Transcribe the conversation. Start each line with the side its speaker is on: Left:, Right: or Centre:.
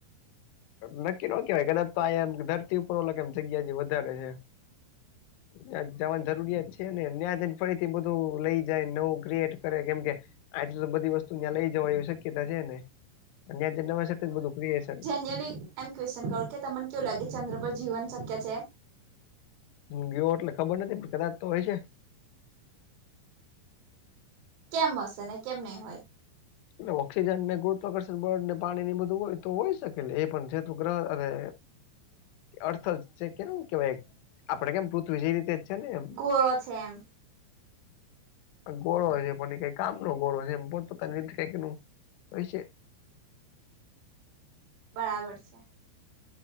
Left: નક્કી ન કેવાય કદાચ તો આ ધરતી ઉપર ઓલા એમ જગ્યા જે વધારે હે જ્યાં જવાન જરૂરિયાત છે છે ને ન્યાજને ફરીથી બધું લઈ જાય નવું ક્રિએટ કરે કેમ કે આથી તો બધી વસ્તુ ત્યાં લઈ જવાય એવી શક્યતા છે નેયાં જ ઈને બધું ફરીથી
Right: નાલિ એમ ક્વેશન કરું કે તમને કેવું લાગે ચંદ્ર પર જીવન શક્ય છે
Left: હ ગયો એટલે ખબર નથી પણ કદાચ તો હોય છે
Right: કેમ હશે ને કેમ નહી હોય
Left: એટલે ઓક્સિજન ને ગુરુત્કર્ષણ બળ ને પાણી ની બધું હોય તો હોય શકે એ પણ છેતુ ગ્રહ અને અર્થ છે કેવું કેવાય આપડે કેમ પૃથ્વી જે રીતે જ છે ને એમ
Right: કોરો છે એમ
Left: ગોળો હોય છે પણ કઈ કામ નો ગોળો હોય એ પોતપોતાધ ફેક નું હો છે
Right: બરાબર છે